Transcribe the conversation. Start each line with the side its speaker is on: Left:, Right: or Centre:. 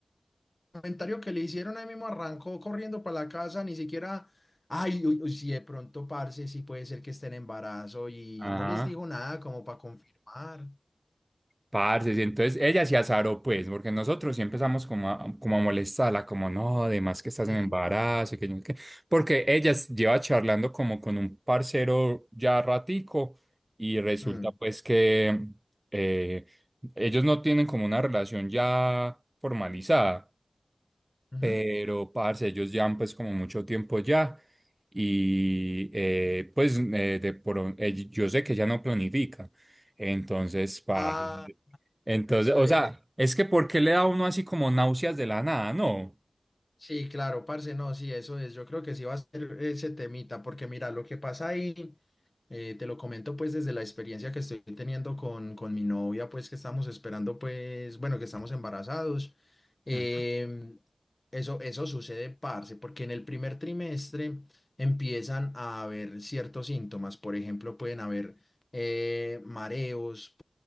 Left: comentario que le hicieron, ahí mismo arrancó corriendo para la casa, ni siquiera, ay, uy, uy, si de pronto, parce, sí puede ser que esté en embarazo y
Right: Ajá,
Left: no les dijo nada como para confirmar.
Right: parce, y entonces ella se azaró, pues, porque nosotros sí empezamos como a, como a molestarla, como no, además que estás
Left: Sí.
Right: en embarazo, y que yo no sé qué", porque ella s- lleva charlando como con un parcero ya ratico y resulta
Left: Mm,
Right: pues que eh, ellos no tienen como una relación ya formalizada,
Left: ujú.
Right: pero parce, ellos llevan pues como mucho tiempo ya y eh, pues eh, de pro- eh, yo sé que ya no planifica, entonces, parce,
Left: Ah,
Right: entonces,
Left: eso
Right: o
Left: es.
Right: sea, es que ¿por qué le da a uno así como náuseas de la nada? No,
Left: Sí, claro, parce, no, sí, eso es. Yo creo que sí va a ser ese temita, porque mira, lo que pasa ahí, eh, te lo comento pues desde la experiencia que estoy teniendo con, con mi novia, pues que estamos esperando, pues, bueno, que estamos embarazados. Em,
Right: Ujú.
Left: eso, eso sucede, parce, porque en el primer trimestre empiezan a haber ciertos síntomas. Por ejemplo, pueden haber eh, mareos,